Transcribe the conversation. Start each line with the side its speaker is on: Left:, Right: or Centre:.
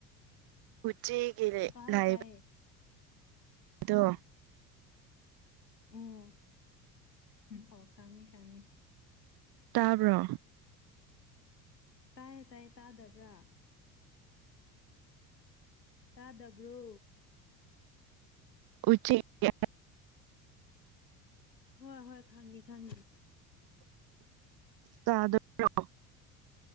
Right: ꯆꯦꯒꯤ ꯂꯩ
Left: ꯇꯥꯏꯌꯦ
Right: ꯂꯥꯢ
Left: ꯇꯥꯏꯌꯦ
Right: ꯑꯗꯣ
Left: ꯑꯣ ꯑꯣ ꯈꯪꯉꯦ ꯈꯪꯉꯦ
Right: ꯇꯥꯕ꯭ꯔꯣ
Left: ꯇꯥꯏꯌꯦ ꯇꯥꯏꯌꯦ ꯇꯥꯗꯕ꯭ꯔꯥ ꯇꯥꯗꯕ꯭ꯔꯣ
Right: ꯎꯆꯦꯛ ꯏꯌꯥ
Left: ꯍꯣꯏ ꯍꯣꯏ ꯈꯪꯉꯦ ꯈꯪꯉꯦ
Right: ꯇꯥꯗꯕ꯭ꯔꯣ